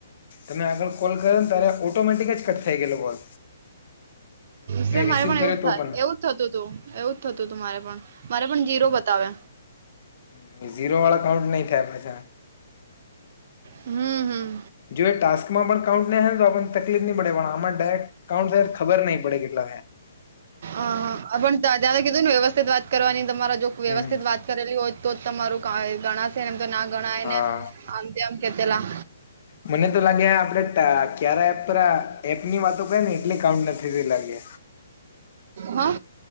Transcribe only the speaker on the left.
તમે આગળ કોલ કર્યો ને ત્યારે ઓટોમેટિક જ કટ થઈ ગયેલો કોલ
મેં
રિસીવ
કર્યો
તો પણ
હમમ ઝીરો વાળા કાઉન્ટ નય થાય પાછા.
જો એ ટાસ્કમાં પણ કાઉન્ટ નય હોય તો આપણ ને તકલીફ ની પડે પણ આમાં ડાયરેક્ટ કાઉન્ટ સર ખબર નય પડે કેટલા થાય.
હમ
હા
મને તો લાગે આપડે ટા ક્યારે એપરા એપ ની વાતો કરી ને એટલે કાઉન્ટ નથી થયું લાગે.